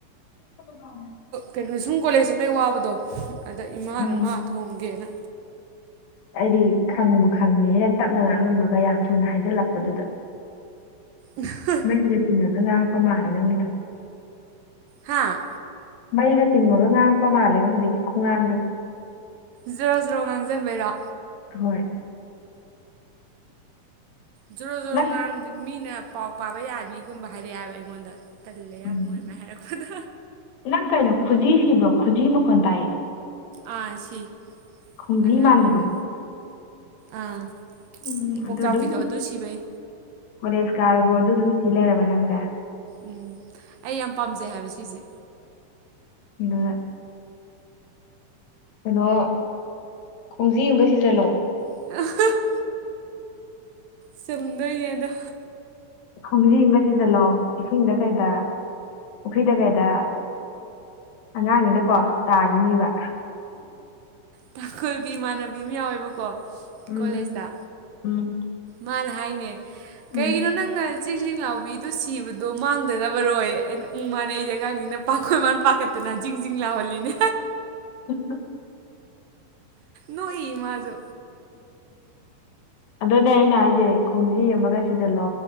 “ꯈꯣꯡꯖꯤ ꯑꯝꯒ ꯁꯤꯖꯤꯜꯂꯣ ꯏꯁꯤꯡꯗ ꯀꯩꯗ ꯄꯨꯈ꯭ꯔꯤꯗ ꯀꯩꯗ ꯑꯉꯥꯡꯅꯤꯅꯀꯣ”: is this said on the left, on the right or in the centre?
Left